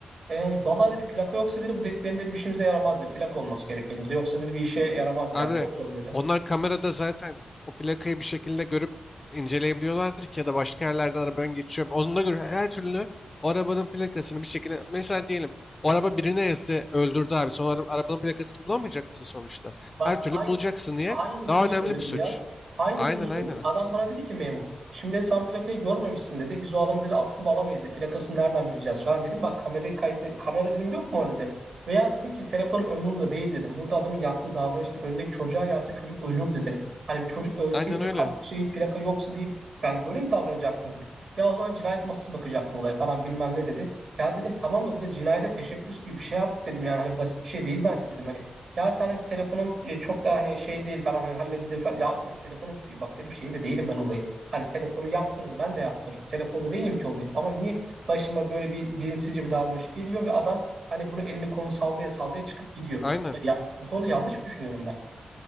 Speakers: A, on the right; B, on the left.
A: Ee, vallahi dedi plaka yoksa dedi bu dediklerin dedi bir işimize yaramaz dedi. Plak olması gerek elimizde. Yoksa dedi bir işe yaramaz dedi.
B: Abi
A: Yani çok zor dedi.
B: onlar kamerada zaten o plakayı bir şekilde görüp inceleyebiliyorlardır ki ya da başka yerlerden arabanın geçiyor. Onunla göre her türlü o arabanın plakasını bir şekilde mesela diyelim o araba birine ezdi öldürdü abi. Sonra ara- arabanın plakasını bulamayacak mısın sonuçta?
A: Bak
B: Her türlü
A: ay
B: bulacaksın diye
A: Aynısını
B: daha önemli
A: söyledim
B: bir suç.
A: ya. Aynısını
B: Aynen
A: söyledim.
B: aynen.
A: Adam bana dedi ki memur. Şimdi sen plakayı görmemişsin dedi. Biz o adamı dedi alt tutup alamayız dedi. Plakasını nereden bileceğiz falan dedim. Bak kamerayı kaydı. Kamera dedim yok mu orada dedim. Veya dedim ki telefonum ömrümde değil dedim. Burada adamın yaptığı davranış dedim. Önündeki çocuğa gelse çocuk ölürdü dedim. Hani çocuk ölseydi
B: Aynen
A: de
B: öyle.
A: kam- şey plaka yoksa deyip yani böyle mi davranacaktınız dedim. Ya o zaman cinayet masası bakacaktı olaya falan bilmem ne dedi. Ya dedim tamam da bu da cinayete teşebbüs gibi bir şey artık dedim yani hani basit bir şey değil bence dedim. Hani ya sen telefonun e, çok da hani şey değil falan hani halledilir falan. Ya abi dedim telefonun fi- bak dedim şeyinde değilim ben olayın. Hani telefonu yaptırırım ben de yaptırırım. Telefonda değilim ki olayın. Ama niye başıma böyle bir bilinçsizce bir davranış geliyor ve adam hani bunu elini kolunu sallaya sallaya çıkıp gidiyor.
B: Aynen.
A: Ya, bu konuda yanlış mı düşünüyorum ben?